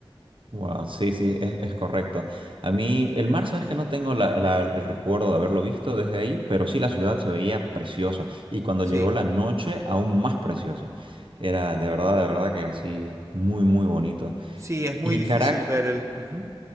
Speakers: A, on the right; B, on the right.
A: Wow, sí, sí, es, es correcto. A mí, el mar, sabes que no tengo la- la- el recuerdo de haberlo visto desde ahí, pero sí la ciudad se veía preciosa. Y cuando
B: Sí,
A: llegó la noche, aún más preciosa. Era de verdad, de verdad que así, muy, muy bonito.
B: sí, es muy
A: Y
B: difícil
A: Caracas.
B: ver el... ujú.